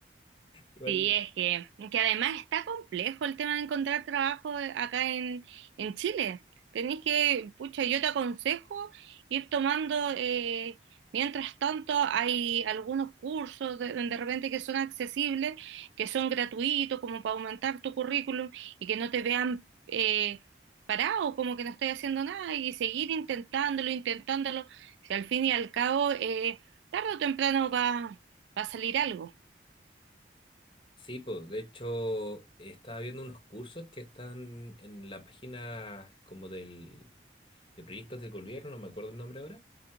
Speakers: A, on the left; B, on the right.
A: Igual
B: Sí, es que, que además está complejo el tema de encontrar trabajo eh, acá en, en Chile. Tenés que, pucha, yo te aconsejo ir tomando, eh, mientras tanto hay algunos cursos de, de repente que son accesibles, que son gratuitos, como para aumentar tu currículum y que no te vean eh, parado, como que no estoy haciendo nada y seguir intentándolo, intentándolo, si al fin y al cabo, eh, tarde o temprano va, va a salir algo.
A: Sí, pues, de hecho, estaba viendo unos cursos que están en la página como del, de proyectos del gobierno, no me acuerdo el nombre ahora,